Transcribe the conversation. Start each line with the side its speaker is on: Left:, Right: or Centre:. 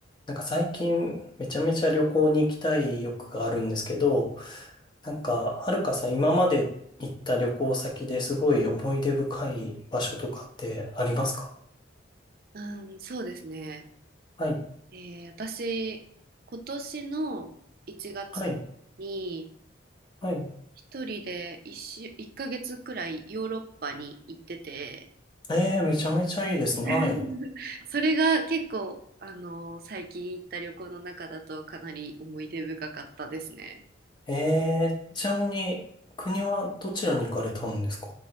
Left: なんか最近めちゃめちゃ旅行に行きたい欲があるんですけど、なんかはるかさん今まで行った旅行先ですごい思い出深い場所とかってありますか
Right: うん、そうですね。
Left: はい、
Right: えー私、今年の1月に
Left: はい、はい。
Right: 一人で一週、1ヶ月くらいヨーロッパに行ってて、
Left: えーめちゃめちゃいいですね。
Right: <laughs>
Left: はい。
Right: それが結構、あの、最近行った旅行の中だとかなり思い出深かったですね。
Left: えーちなみに国はどちらに行かれたんですか